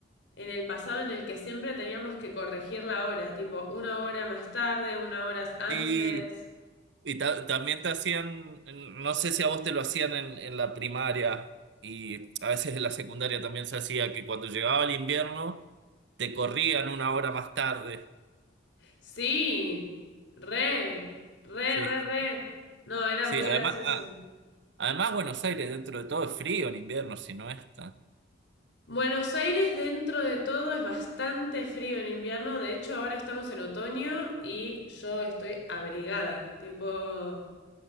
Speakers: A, on the left; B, on the right.
A: en el pasado en el que siempre teníamos que corregir la hora, tipo una hora más tarde, una hora antes.
B: Sí, y ta- también te hacían, no sé si a vos te lo hacían en, en la primaria y a veces en la secundaria también se hacía que cuando llegaba el invierno te corrían una hora más tarde.
A: Sí, re, re,
B: Sí,
A: re, re. No, era
B: sí,
A: muy
B: además,
A: gracioso.
B: a- además Buenos Aires dentro de todo es frío en invierno, si no está.
A: Buenos Aires dentro de todo es bastante frío en invierno, de hecho ahora estamos en otoño y yo estoy abrigada, tipo...